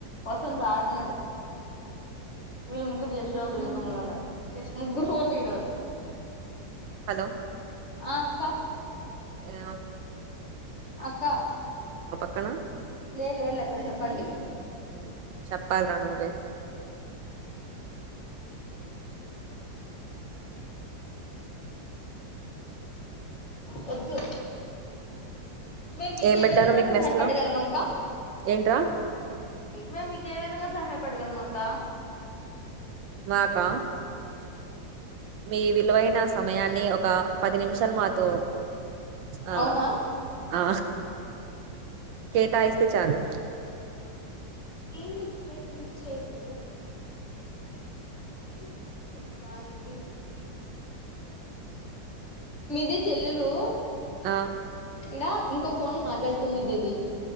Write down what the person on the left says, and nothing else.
వసంత్ ఆడున్నాడు వీళ్ళు ముగ్గురు జష్ వల్ల రూమ్లో ఉన్నారు ముగ్గురు ఫోన్లు ఈడే ఉన్నాయ్
ఆ అక్క
అక్క
లేదు లేదు లెక్క చెప్పండి
వద్దు మేము మీకు
ఏ
విధంగా
సహాయపడగలం
అక్క
మేము మీకు ఏ విధంగా సహాయపడగలమక్క
అవునా
ఏంటి ఎంతసేపు లిఫ్ట్ చేయవు <inaudible> చానా బిజీగా ఉన్నానే మీది చెల్లెలు
ఈడా ఇంకో ఫోన్ మాట్లాడుతుంది దీది